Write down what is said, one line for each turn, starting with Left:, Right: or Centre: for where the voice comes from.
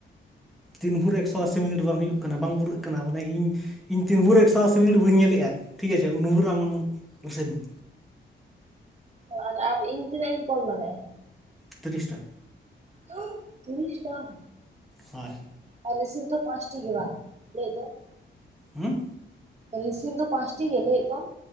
Centre: ᱛᱤᱱ ᱵᱷᱳᱨ ᱮᱠᱥᱚ ᱟᱥᱤ ᱢᱤᱱᱤᱴ ᱵᱟᱝ ᱦᱩᱭᱩᱜ, ᱠᱟᱱᱟ ᱵᱟᱝ ᱯᱩᱨᱟᱹᱜ ᱠᱟᱱᱟ ᱢᱟᱱᱮ ᱤᱧ ᱤᱧ ᱛᱤᱱ ᱵᱷᱳᱨ ᱮᱠᱥᱚ ᱟᱥᱤ ᱢᱤᱱᱤᱴ ᱵᱟᱹᱧ ᱧᱮᱞᱮᱜᱼᱟ ᱴᱷᱤᱠ ᱟᱪᱷᱮ ᱩᱱ ᱵᱷᱳᱨ ᱟᱢ ᱨᱤᱥᱤᱵ ᱢᱮ᱾
Right: ᱚ ᱟᱨ ᱟᱨ ᱤᱧ ᱛᱤᱱᱟᱹᱜ ᱤᱧ ᱠᱚᱞ ᱫᱟᱲᱮᱜᱼᱟ?
Centre: ᱛᱤᱨᱤᱥᱴᱟ
Right: ᱦᱩᱸ ᱛᱤᱨᱤᱥᱴᱟ᱾
Centre: ᱦᱳᱭ
Right: ᱟᱨ ᱨᱤᱥᱤᱯ ᱫᱚ ᱯᱟᱸᱪᱴᱤ ᱜᱮ ᱵᱟᱝ ᱞᱟᱹᱭ ᱮᱫ ᱫᱚᱭ,
Centre: ᱦᱩᱸ
Right: ᱨᱤᱥᱤᱵ ᱫᱚ ᱯᱟᱸᱪᱴᱤ ᱜᱮ ᱞᱟᱹᱭ ᱮᱫ ᱫᱚᱢ?